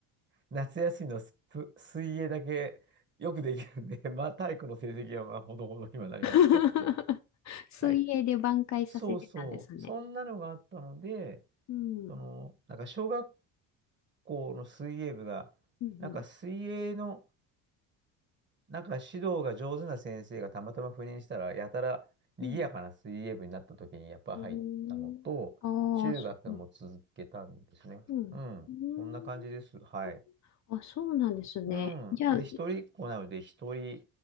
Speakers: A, on the right; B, on the left.
A: 夏休みのスプ、水泳だけよくできるんで、<laughs> まあ体育の成績はまあほどほどにはなりましたっていう。
B: <laughs> 水泳で挽回させてたんですね。
A: はい。そうそう。そんなのがあったので、
B: うん。
A: その、
B: う
A: なんか小学校の水泳部が、
B: ん。うん。
A: なんか水泳の、なんか指導が上手な先生がたまたま赴任したら、やたら賑やかな水泳部になった時にやっぱ入ったのと、
B: うんうーん。ああ、
A: 中学も続けたんですね。
B: そうなん。うん。
A: うん。
B: うーん。
A: そんな感じです。はい。
B: あ、そうなんですね。
A: うん。
B: じゃあ、
A: で、一人っ子なので、一人、